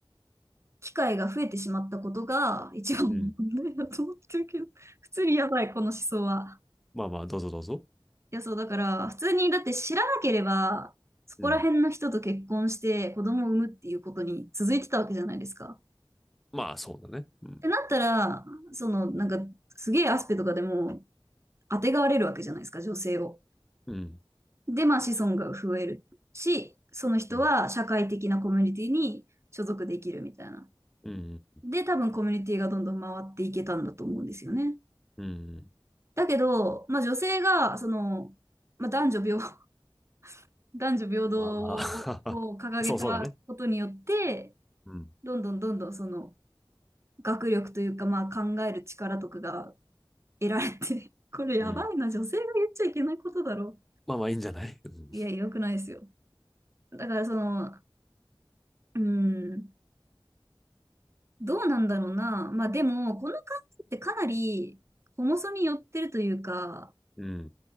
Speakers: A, on the right; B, in the centre.
A: 機会が増えてしまったことが一番の問題だと思ってるけど、
B: うん。
A: 普通にやばい、この思想は。
B: まあまあ、どうぞどうぞ。
A: いや、そう、だから、普通に、だって知らなければ、そこら辺の人と結婚して子供を産むっていうことに続いてたわけじゃないですか。
B: うん。
A: っ
B: まあ、そうだね。うん。
A: てなったら、その、なんか、すげえアスペとかでも、当てがわれるわけじゃないですか、女性を。
B: うん。
A: で、まあ、子孫が増えるし、その人は社会的なコミュニティに所属できるみたいな。
B: うん。うん。
A: で、多分コミュニティがどんどん回っていけたんだと思うんですよね。
B: うん。
A: だけど、まあ女性が、その、まあ男女平、<laughs> 男女平等
B: まあまあ
A: を掲げたことによって、
B: <laughs> そうそうだね。うん。
A: どんどんどんどんその学力というか、まあ考える力とかが得られて、<laughs> これやばいな、
B: うん。
A: 女性が言っちゃいけないことだろ。
B: まあまあ、いいんじゃないうん。
A: いや、良くないですよ。だからその、うん、どうなんだろうな。まあでも、この考えってかなり、ホモソに寄ってるというか、
B: うん。